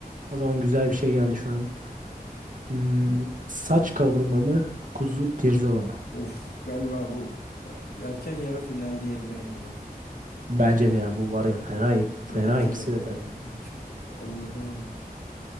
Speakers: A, on the right (about 55°); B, on the left (about 80°).
A: O zaman güzel bir şey geldi şu an. Hmm, saç kavurma mı? Kuzu pirzola mı?
B: Of galiba bu e, erken yarı final diyebilirim buna.
A: Bence de ya bu var ya fena
B: Evet
A: fena ikisi
B: ya
A: de fena.
B: bu çok Allah'ım